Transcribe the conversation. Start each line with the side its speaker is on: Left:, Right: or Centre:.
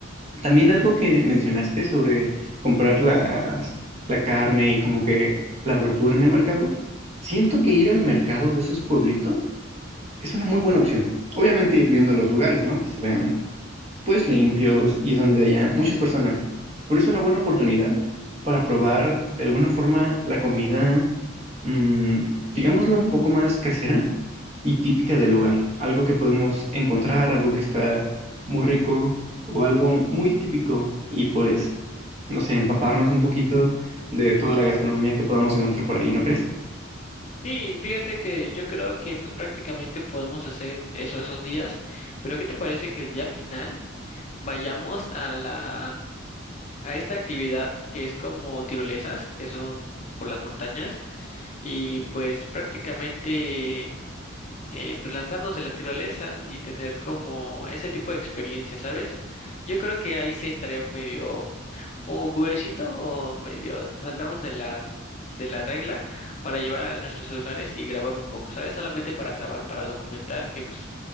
Right: También algo que mencionaste sobre comprar las, la carne y como que la verdura en el mercado, siento que ir al mercado de esos pueblitos es una muy buena opción. Obviamente ir viendo los lugares, ¿no? Que se vean pues limpios y donde haya muchas personas. Pero es una buena oportunidad para probar de alguna forma la comida, mm, digámoslo, un poco más casera y típica del lugar. Algo que podemos encontrar, algo que está muy rico o algo muy típico y pues, no sé, empaparnos un poquito de toda la gastronomía que podamos encontrar por ahí, ¿no crees?
Left: Sí, fíjate que yo creo que pues prácticamente podemos hacer eso esos días, pero ¿qué te parece que el día final vayamos a la a esta actividad que es como tirolesas, que son por las montañas y pues prácticamente eh, pues lanzarnos de las tirolesas y tener como ese tipo de experiencia, ¿sabes? Yo creo que ahí sí estaría medio o curiosito o medio saltarnos de la de la regla para llevar a nuestros celulares y grabar un poco, ¿sabes? Solamente para grabar, para documentar que pues